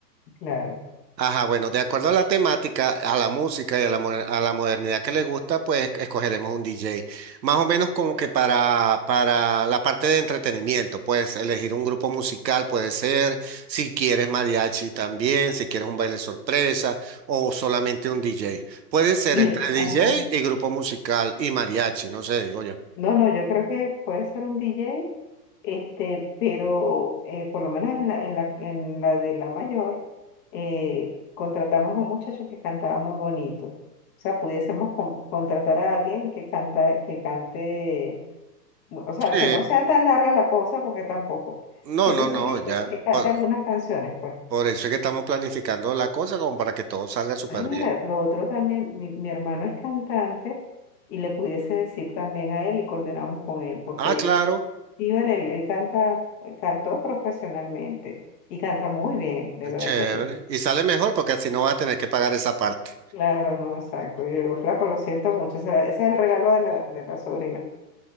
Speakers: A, on the left; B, on the right.
A: claro.
B: Ajá, bueno, de acuerdo a la temática, a la música y a la, mo- a la modernidad que le gusta, pues escogeremos un DJ. Más o menos como que para, para la parte de entretenimiento, pues elegir un grupo musical puede ser, si quieres mariachi también, si quieres un baile sorpresa o solamente un DJ. Puede ser
A: Mira,
B: entre
A: ajá.
B: DJ y grupo musical y mariachi, no sé, digo yo.
A: No, no, yo creo que puede ser un DJ, este, pero eh, por lo menos en la, en la, en la de la mayor, eh, contratamos a un muchacho que cantaba muy bonito. O sea, pudiésemos con- contratar a alguien que canta, que cante, o sea,
B: Sí,
A: que no sea tan larga la cosa, porque tampoco,
B: no,
A: pero
B: no, no,
A: sí que,
B: ya.
A: que, que cante
B: Por,
A: algunas canciones, pues.
B: por eso es que estamos planificando la cosa como para que todo salga súper
A: Ay, mira,
B: bien.
A: lo otro también, mi, mi hermano es cantante y le pudiese decir también a él y coordinamos con él, porque
B: Ah, claro.
A: Sí, vale, él, él canta, eh, cantó profesionalmente y canta muy bien, de verdad
B: Chévere.
A: que sí.
B: Y sale mejor porque así no vas a tener que pagar esa parte.
A: Claro, no, exacto. Yo digo, flaco, lo siento mucho. será- ese es el regalo de la, de la sobrina.